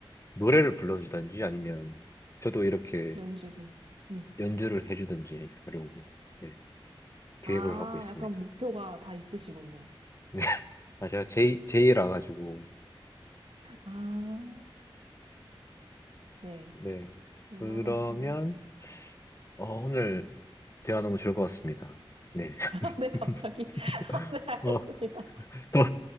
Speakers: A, on the left; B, on the right.
A: 노래를 불러주든지 아니면 저도 이렇게
B: 연주를. 음.
A: 연주를 해주든지 하려고 예, 계획을
B: 아,
A: 하고 있습니다.
B: 약간 목표가 다 있으시군요.
A: 네. <laughs> 아, 제가 제이, 제이라 가지고
B: 아, 네.
A: 네.
B: 음악은
A: 그러면
B: 참.
A: 어, 오늘 대화 너무 즐거웠습니다. 네.
B: <laughs> 아, 네, 갑자기.
A: <laughs>
B: <laughs> 아, 네, 알겠습니다.
A: 어, 더